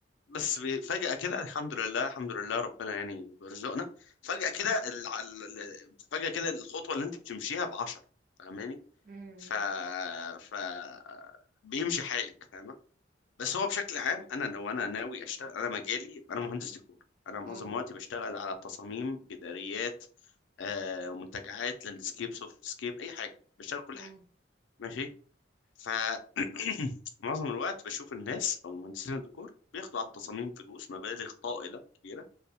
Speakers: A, on the left (about 85°); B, on the right (about 50°).
A: بس بي- فجأة كده الحمد لله الحمد لله ربنا يعني بيرزقنا فجأة كده ال... ال- ال- فجأة كده الخطوة اللي انت بتمشيها بعشرة فاهماني
B: امم
A: ف ف بيمشي حالك فاهمة بس هو بشكل عام انا لو انا ناوي اشتغل انا مجالي انا مهندس ديكور انا معظم
B: اه
A: وقتي بشتغل على تصاميم جداريات آه منتجعات لاندسكيب سوفت سكيب اي حاجة بشتغل كل
B: اه
A: حاجة ماشي ف <clears throat> معظم الوقت بشوف الناس او مهندسين الديكور بياخدوا على التصاميم فلوس مبالغ طائله كبيره